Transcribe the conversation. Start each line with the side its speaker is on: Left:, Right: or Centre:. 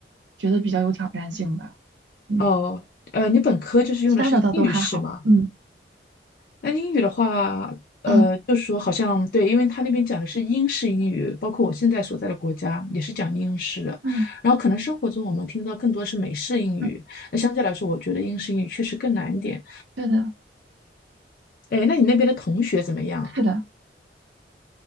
Right: 觉得比较有挑战性吧，嗯，
Left: 哦，呃，你本科就是用的是英语是吗？
Right: 其他的倒都还好，嗯
Left: 那英语的话，呃，
Right: 呃
Left: 就是说好像对，因为他那边讲的是英式英语，包括我现在所在的国家也是讲英式的。
Right: 嗯
Left: 然后可能生活中我们听到更多是美式英语，
Right: 嗯，
Left: 那相对来说，我觉得英式英语确实更难一点。
Right: 对的，
Left: 哎，那你那边的同学怎么样啊？
Right: 是的。